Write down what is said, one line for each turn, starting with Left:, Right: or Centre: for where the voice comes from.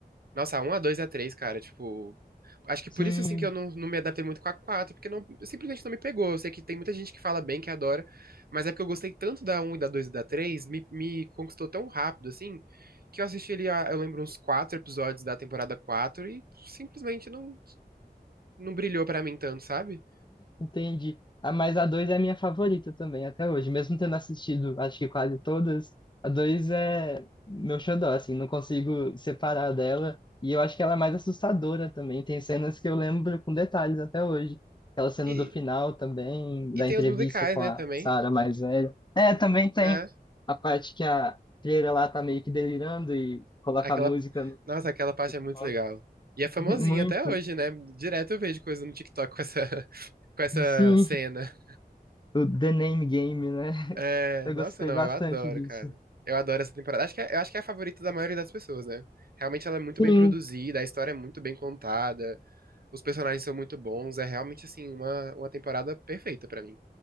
Right: Nossa, a 1, a 2 a 3 cara, tipo. Acho que
Left: Sim,
Right: por isso, assim, que eu não, não me adaptei muito com a 4 porque não, simplesmente não me pegou. Eu sei que tem muita gente que fala bem, que adora, mas é porque eu gostei tanto da um e da 2 e da 3 me, me conquistou tão rápido, assim, que eu assisti ali, a- eu lembro, uns quatro episódios da temporada 4 e simplesmente não, não brilhou pra mim tanto, sabe?
Left: entendi. Ah, mas a 2 é a minha favorita também, até hoje. Mesmo tendo assistido, acho que quase todas, a 2 é meu xodó, assim, não consigo separar dela. E eu acho que ela é mais assustadora também. Tem cenas que eu lembro com detalhes até hoje. Aquela cena
Right: E,
Left: do final também, da
Right: e tem
Left: entrevista
Right: os musicais,
Left: com
Right: né,
Left: a
Right: também.
Left: Sarah mais velha. É, também tem
Right: É,
Left: a parte que a Freira lá tá meio que delirando e coloca
Right: aquela.
Left: a música no
Right: Nossa, aquela parte é muito
Left: box.
Right: legal. E é famosinha
Left: <laughs> Muito.
Right: até hoje, né? Direto eu vejo coisa no TikTok com essa, <laughs> com essa
Left: Sim,
Right: cena.
Left: o The Name Game, né?
Right: É,
Left: Eu
Right: nossa,
Left: gostei
Right: não,
Left: bastante
Right: eu adoro,
Left: disso.
Right: cara. Eu adoro essa temporada. Acho que é, eu acho que é a favorita da maioria das pessoas, né? Realmente ela é muito
Left: Sim,
Right: bem produzida, a história é muito bem contada, os personagens são muito bons, é realmente, assim, uma, uma temporada perfeita pra mim.